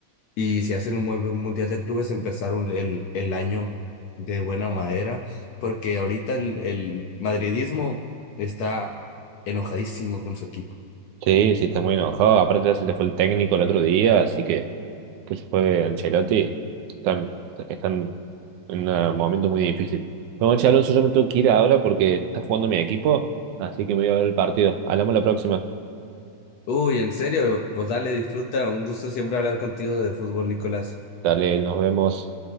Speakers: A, on the left (about 70°); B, on the right (about 75°).
A: y si hacen un buen Mundial de Clubes empezar un- el, el año de buena madera porque ahorita el, el madridismo está enojadísimo con su equipo.
B: Sí, sí, está muy enojado. Aparte, ya se le fue el técnico el otro día, así que. que se fue Ancelotti, están, están en un momento muy difícil. Bueno, che, Alonso, yo me tengo que ir ahora porque está jugando mi equipo, así que me voy a ver el partido. Hablamos la próxima.
A: Uy, en serio, pues dale, disfruta. Un gusto siempre hablar contigo de fútbol, Nicolás.
B: Dale, nos vemos.